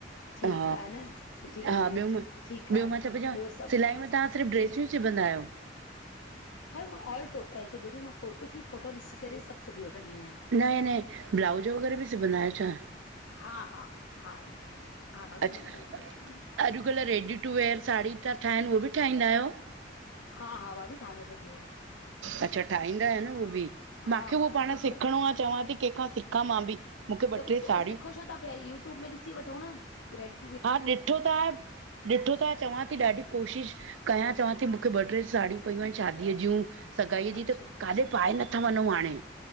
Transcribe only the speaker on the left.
ठीकु
आ न सुठी
ॻाल्हि,
ठीकु
आ
ॿियो सभु
जी
भाई मां ऑल टोटल सिबी वठ मांो कुझु बि फोटो ॾिसी करे सभु सूबी वठंदी आहियां।
हा हा हा हा भाभी
ब्लाउज वग़ैरह बि सूबी
हा हा भाभी ठाहे वठंदी आहियां।
हा
हा
सभु
सभु
त कुछ
सिखो छो ता पिया यूट्यूब में ॾिसी वठो न केड।
अच्छा